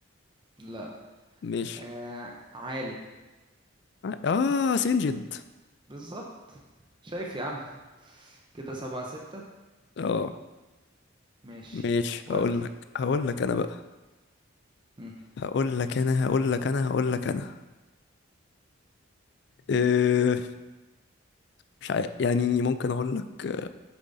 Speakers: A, on the right; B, on the left.
A: لا
B: ماشي
A: آه... عالم
B: اه سنجد
A: بالظبط شايف يا عم كده سبعة ستة
B: اه
A: ماشي
B: ماشي هقول
A: ودي
B: لك هقول لك انا بقى
A: مم.
B: هقول لك انا هقول لك انا هقول لك انا آه مش عارف يعني ممكن اقول لك